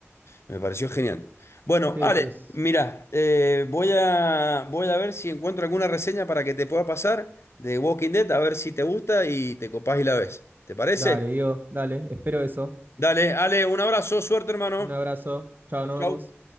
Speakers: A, on the left; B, on the right.
A: Me pareció genial. Bueno,
B: Sí,
A: Ale,
B: sí, es.
A: mira, eh, voy a, voy a ver si encuentro alguna reseña para que te pueda pasar de Walking Dead, a ver si te gusta y te copás y la ves. ¿Te parece?
B: Dale, Diego, dale, espero eso.
A: Dale, Ale, un abrazo, suerte, hermano.
B: Un abrazo. Chao,
A: Chau,
B: nos
A: chau.
B: vemos.